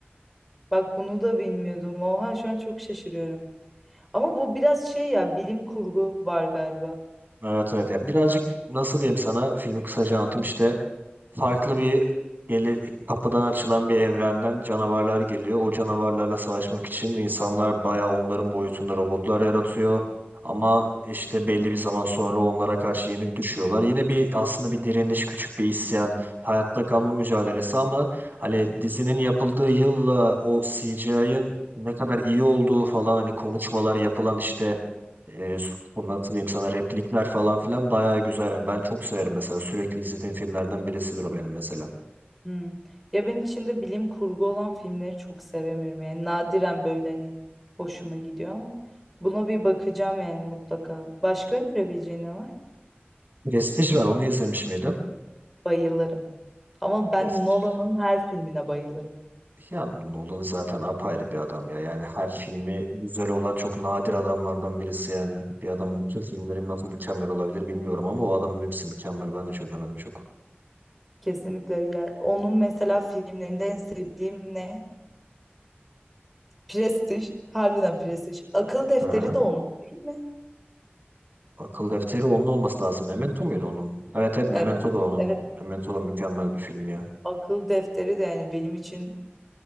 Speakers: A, in the centre; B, on the right (about 50°).
A: Bak bunu da bilmiyordum. Oha şu an çok şaşırıyorum. Ama bu biraz şey ya bilim kurgu var galiba.
B: Evet evet. Ya birazcık nasıl diyeyim sana filmi kısaca anlatayım işte. farklı bir geli, kapıdan açılan bir evrenden canavarlar geliyor. O canavarlarla savaşmak için insanlar bayağı onların boyutunda robotlar yaratıyor. Ama işte belli bir zaman sonra onlara karşı yenik düşüyorlar. Yine bir aslında bir direniş, küçük bir isyan, hayatta kalma mücadelesi ama hani dizinin yapıldığı yılla o C CGI'ın ne kadar iyi olduğu falan hani konuşmalar yapılan işte e, s- bu nasıl diyeyim sana replikler falan filan bayağı güzel. Yani ben çok severim mesela. Sürekli izlediğim filmlerden birisidir o benim mesela.
A: Hmm. Ya ben içinde bilim kurgu olan filmleri çok sevemiyorum. Yani nadiren böyle hani hoşuma gidiyor ama buna bir bakacağım yani mutlaka. Başka önerebileceğin ne var?
B: Prestige var onu izlemiş miydin?
A: Bayılırım. Ama
B: Prestige.
A: ben Nolan'ın her filmine bayılırım.
B: Ya Nolan zaten apayrı bir adam ya. Yani her filmi güzel olan çok nadir adamlardan birisi yani. Bir adamın bütün filmleri nasıl mükemmel olabilir bilmiyorum ama o adamın hepsi mükemmel. Ben de çözemedim çok.
A: Kesinlikle. ya onun mesela filmlerinde en sevdiğim ne? Prestij. Harbiden Prestij. Akıl Defteri
B: Aha.
A: de onun değil mi?
B: Akıl defteri onun olması lazım. Memento muydu onun? Evet evet Memento
A: Evet.
B: da onun.
A: Evet.
B: Memento da mükemmel bir film ya.
A: Akıl Defteri de yani benim için